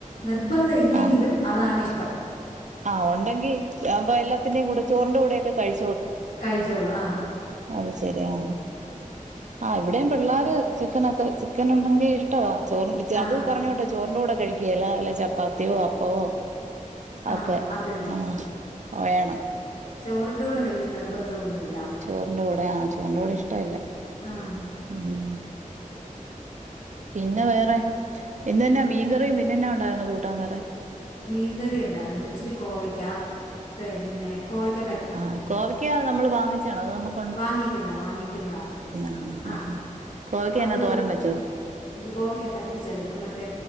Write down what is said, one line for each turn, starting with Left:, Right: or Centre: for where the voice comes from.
Left: നിർബന്ധം ഇല്ലെങ്കിലും
Right: ആ
Left: അതാണ് ഇഷ് <unintelligible>
Right: ആ ഒണ്ടെങ്കി <unintelligible> എല്ലാത്തിന്റെ കൂടെ ചോറിന്റെ കൂടെ കഴി
Left: കഴിച്ചോളൂ ആ
Right: അത് ശരി ആ ആ ഇവിടെയും പിള്ളേര് ചിക്കനൊക്കെ ചിക്കൻ ഉണ്ടെങ്കി ഇഷ്ടവാ ചോറും വെച്ച്
Left: ആഹ്
Right: അത് പറഞ്ഞോട്ടെ ചോറിൻ്റെ കൂടെ കഴിക്കുകേല വല്ല ചപ്പാത്തിയോ അപ്പമോ
Left: ആഹ്
Right: ഒക്കെ
Left: അത് തന്നെ.
Right: ആഹ് വേണം
Left: ചോറിൻ്റെ കൂടെ വലിയ നിർബന്ധം ഒന്നുമില്ല
Right: ചോറിന്റെ കൂടെ ആ തൊണ്ടോടെ ഇഷ്ട്ടല്ല
Left: ആഹ്
Right: ഉം പിന്നെ വേറെ പിന്നെന്നാ
Left: പിന്നെ
Right: മീൻകറിയും പിന്നെന്നാ ഉണ്ടായിരുന്നു കൂട്ടാൻ വേറെ
Left: മീൻകറി ഉണ്ടായിരുന്നു ഇച്ചിരി കോവക്ക പിന്നെ കോവയ്ക്ക
Right: ആഹ കോവയ്ക്ക നമ്മൾ വാങ്ങിച്ചതാണോ അതോ നമുക്ക്
Left: വാങ്ങിക്കുന്നതാ വാങ്ങിക്കുന്നതാ
Right: ആഹ്
Left: ആ
Right: ആഹ് ആഹ് കോവയ്ക്ക
Left: അത്
Right: എന്നാ തോരൻ വെച്ചോ
Left: കോവയ്ക്ക പറ്റിച്ചെടുത്ത് മറ്റേ